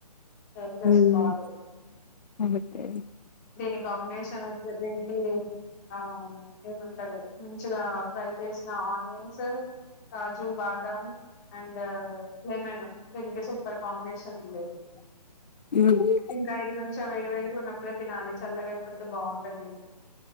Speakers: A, on the left; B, on the left.
A: <inaudible> సంసుకోవాలి
B: ఉమ్, ఓకే
A: దీనికి కాంబినేషన్ వచ్చి దీనికి ఆ ఏమంటరూ మంచిగా ఫ్రై చేసిన ఆనియన్స్ కాజు బా బ అండ్ లెమన్ ర్ కాంబినేషన్ ఉండంది
B: ఉమ్,
A: ఇంకా ఇది మని చెం వేడి వేడిగా ఉన్నప్పుడే తినాలి చల్లగా అయిపోతే బాగుండది